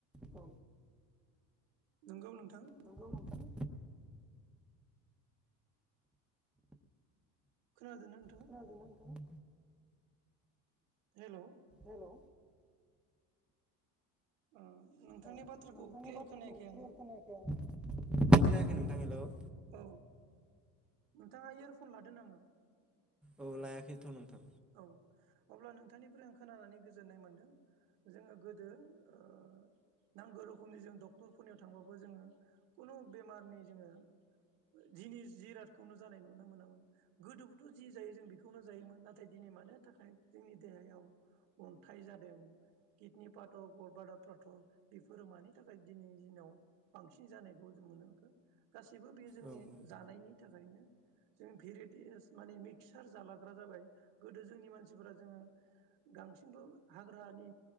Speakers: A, in the centre; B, on the right.
A: औ
B: नोंगौ नों थां।
A: नंगौ नोंथां
B: खोनादोंना नोंथां?
A: खोनादोंना नोंथाङा
B: हेल'
A: हेलौ
B: ओ नोंथांनि
A: ओ
B: बाथ्राखौ
A: नोंथांनि
B: क्लियार
A: बाथ्राखौ
B: खोनायाखै
A: क्लियार
B: आङो।
A: खोनायाखै आङो खोनायाखै नोंथां हेल'।
B: औ नोंथाङा इयारफन लादों नामा?
A: औ लायाखैथ' नोंथां
B: औ अब्ला नोंथांनिफ्राय आं खोनानानै गोजोननाय मोनदों जोङो गोदो ओ नांगौ रोखोमनि जों डक्टरफोरनियाव थांबाबो जोङो खुनु बेमारनि जोङो जिनिस जिरादखौनो जानाय नुनो मोनामोन गोदोबोथ' जि जायो जों बेखौनो जायोमोन नाथ नाथाय दिनै मानि थाखाय जोंनि देहायाव अन्थाइ जादों किडनि पाथर गरब्लादार पाथर बेफोरो मानि थाखाय दिनैनि दिनाव बांसिन जानायखौ जों नुनो मोनखो? गासैबो बेयो जोंनि
A: औ औ
B: जानायनि थाखायनो। जों भेरिटियास माने मिक्सार जालाग्रा जाबाय। गोदो जोंनि मानसिफोरा जोङो गांसिनबो हाग्रानि